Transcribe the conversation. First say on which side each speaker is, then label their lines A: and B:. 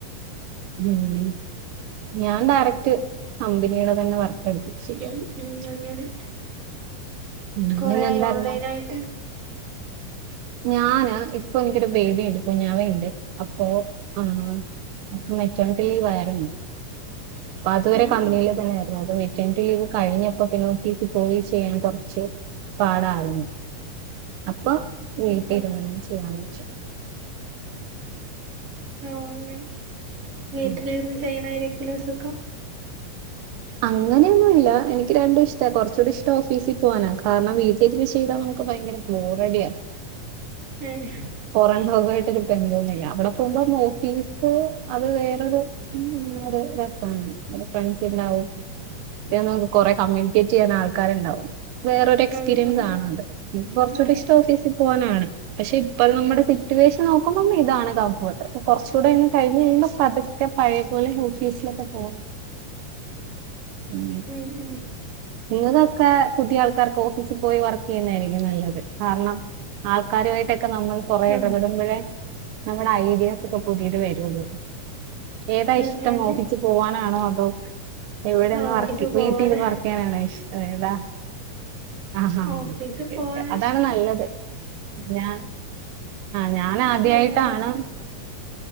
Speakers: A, on the right; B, on the right.
A: ഉം ഉം ഞാൻ ഡയറക്റ്റ് കമ്പനിയുടെ തന്നെ വർക്ക് എടുത്തു ശരിയാ
B: ഉം ഉം അങ്ങനെ
A: പിന്നിലെന്തായിരുന്നു
B: കൊറേ ആയോ ഓൺലൈനായിട്ട്
A: ഞാന് ഇപ്പൊ എനിക്കൊരു ബേബിയുണ്ട് കുഞ്ഞാവയുണ്ട് അപ്പൊ ആഹ് അപ്പം മെക്കാനിക്കൽ ലീവായിരുന്നു അപ്പൊ അതുവരെ
B: ഉം
A: കമ്പനിയിൽ
B: ഉം
A: തന്നെ ആയിരുന്നു അ ലീവ് കഴിഞ്ഞപ്പോ പിന്നെ ഓഫീസിൽ പോയി ചെയ്യാൻ കുറച്ച് പാടായിരുന്നു അപ്പൊ വീട്ടില്
B: ഉം ഉം
A: ഇരുന്ന് ചെയ്യാന്ന് വെച്ചു
B: ഓ അങ്ങനെ വീട്ടിലിരുന്ന്
A: ഉം
B: ചെയ്യ് ണായിരിക്കൂം ലേ സുഖം
A: അങ്ങനെയൊന്നുല്ല എനിക്ക് രണ്ടും ഇഷ്ട കുറച്ചുകൂടി ഇഷ്ടം ഓഫീസിൽ പോകാനാണ് കാരണം വീട്ടി വീട്ടില് ചെയ്താ നമ്മുക്ക് ഭയങ്കര ബോറടിയാ
B: <unintelligible>
A: പൊറം ലോകായിട്ട് ഒരു ബന്ധവുമില്ല അവിടെ <unintelligible> ഓഫീസ് അത് വേറൊരു ഉം ഒരു രസാണ് <unintelligible> ഫ്രണ്ട്സ് ഉണ്ടാവും പിന്നെ നമ്മുക്ക് കുറെ കമ്മ്യൂണിക്കേറ്റ് ചെയ്യാൻ ആൾക്കാര്ണ്ടാവും വേറൊരു എക്സ്പീരിയൻസാണത്
B: ആ ആ ആ
A: പിന്നെ കുറച്ചൂടി
B: അതെ
A: ഇഷ്ടം ഓഫീസിപോവാനാണ് പക്ഷേ ഇപ്പ നമ്മുടെ സിറ്റുവേഷൻ നോക്കുമ്പം ഇതാണ് കംഫോർട്ട് ഇപ്പ കൊറച്ച് കൂടെങ്ങ് കഴിഞ്ഞ്കഴിയുമ്പോ പത് ക്കെ പഴയപോലെ ഓഫീസിലൊക്കെ പോന്ന് <unintelligible>
B: ഉം ഉം
A: നിങ്ങൾക്കൊക്കെ പുതിയ ആൾക്കാർക്ക് ഓഫീസിപോയി വർക്ക് ചെയ്യുന്നായിരിക്കും നല്ലത് കാരണം ആൾക്കാരു ആയിട്ടൊക്കെ നമ്മള് കുറേഎടപെടുമ്പോഴേ
B: ആ
A: നമ്മ്ടെഐഡിയാസ്ക്കെ പുതിയത് വരുള്ളൂ ഏതാ ഇഷ്ടം
B: അതെ അതെ
A: ഓഫിസിൽ പോവാനാണോ അതോ ഇവിടെന്ന്
B: ആ
A: വർക്കി
B: ഓഫീസിൽ പോവാന്
A: വീട്ടീന്ന് വർ <unintelligible> ഇഷ്ടം ഏതാ ആഹ് ആഹ്
B: ഓഫീസിൽ പോവാനാ
A: അതാണ്
B: ഇഷ്ടം
A: നല്ലത് ഞാ ആഹ് ഞാനാദ്യായിട്ടാണ്
B: ഇറങ്ങാലോ